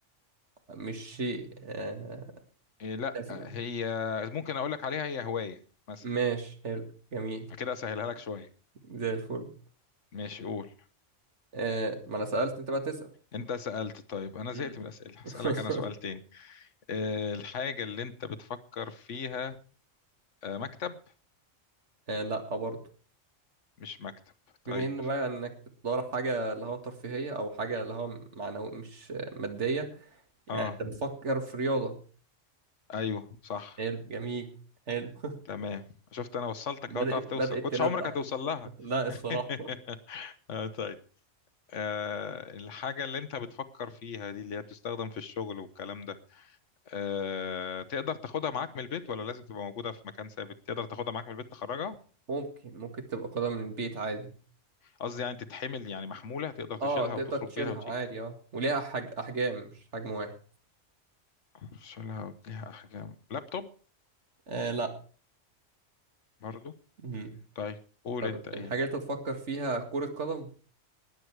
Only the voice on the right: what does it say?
مش شيء آه
تف-
ماشي حلو جميل
زي الفل
آه ما انا سألت انت بقى تسأل
مم.
<laughs>
آه لا برضه
بما ان بقى انك بتدور على حاجة اللي هو ترفيهية او حاجة اللي هو معنوي مش آه، مادية يعني
انت بتفكر في رياضة
حلو جميل حلو <laughs>
بدأت
بدأت
تندع
<laughs> لا الصراحة
ممكن ممكن تبقى قدم من البيت عادي
اه تقدر
تشيلها
عادي اه وليها حج... احجام مش حجم واحد
آه
لا
طب
الحاجة اللي أنت تفكر فيها كرة قدم